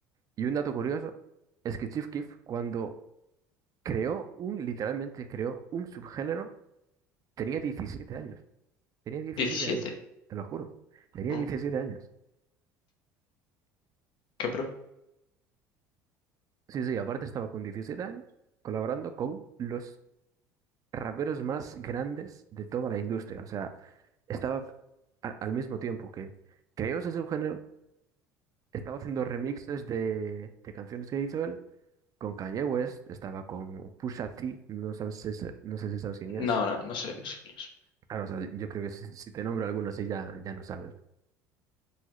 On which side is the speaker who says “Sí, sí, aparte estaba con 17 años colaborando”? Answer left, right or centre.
Right